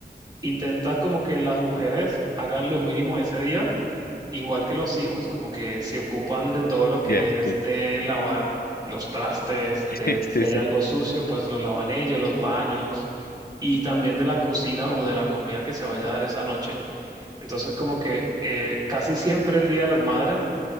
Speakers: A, on the right (about 25°); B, on the left (about 60°).
A: intenta como que las mujeres hagan lo mínimo ese día, igual que los hijos, como que se ocupan de todo lo que
B: ya,
A: es
B: sí,
A: de lavar los trastes,
B: <laughs>
A: de
B: sí,
A: si
B: sí,
A: hay
B: sí.
A: algo sucio, pues lo lavan ellos, los baños y también de la cocina o de la comida que se vaya a dar esa noche. Entonces como que eh, casi siempre el Día de las Madres